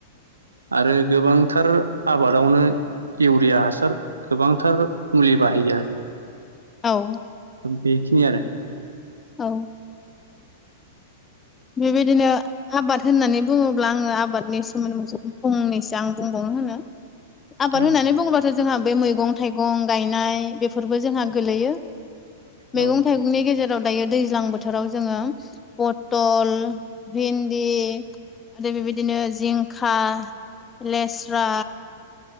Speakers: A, on the right; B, on the left.
A: आरो गोबांथार आबादावनो इउरिया हासार गोबांथार मुलि बाहायो आरो।
B: औ
A: बेखिनि आरो।
B: औ बेबायदिनो आबाद होननानै बुङोब्ला आङो आबादनि सोमोन्दै मोनसे फंनैसो आं बुंबावनो होनो। आबाद
A: औ
B: होननानै बुङोबा जोंहा बै मैगं थाइगं गायनाय बेफोरबो जोंहा गोलैयो
A: औ
B: मैगं थाइ गंनि गेजेराव दायो दैज्लां बोथोराव जोङो फद टल भिन्दि आरो बेबायदिनो जिंखा लेस्रा